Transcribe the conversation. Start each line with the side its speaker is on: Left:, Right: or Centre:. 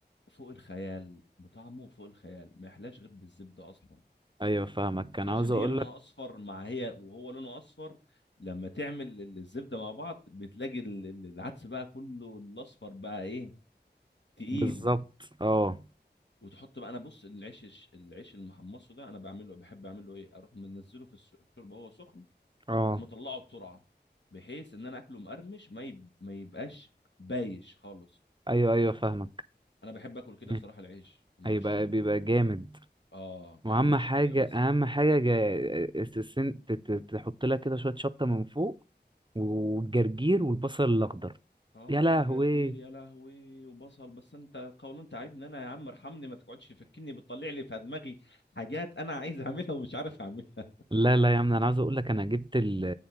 Left: فوق الخيال بطعمه فوق الخيال ما يحلاش غير بالزبده اصلا
Right: ايوه فاهمك كان
Left: وعشان
Right: عاوز اقولك
Left: هي لونها اصفر مع هي وهو لونه اصفر لما تعمل ال- الزبده مع بعض بتلاقي ال- ال- العدس بقى كله الاصفر بقى ايه تقيل
Right: بالظبط اه
Left: وتحط بقى انا بص العيش الش- العيش المحمصه ده انا بعمله بحب اعمله ايه اروح منزله في الس- الشوربه وهو سخن
Right: اه
Left: واروح مطلعه بسرعه بحيث ان انا اكله مقرمش ما يب... ما يبقاش بايش خالص
Right: ايوه ايوه فاهمك
Left: انا بحب اكل كده
Right: مم.
Left: صراحه العيش مع
Right: هيبقى
Left: الشوربه
Right: بيبقى جامد
Left: اه
Right: واهم
Left: تقرمشه
Right: حاجه
Left: كده بس
Right: اهم حاجه جا- السن- ت- ت- تحط لك كده شويه شطه من فوق والجرجير والبصل الاخضر
Left: اه
Right: يا لهوي
Left: جرجير يا لهوي وبصل بس انت قولون تعبني انا يا عم ارحمني ما تقعدش تفكني بتطلع لي في دماغي حاجات انا عايز اعملها ومش عارف اعملها
Right: لا لا يا عم انا عاوز اقول لك انا جبت ال...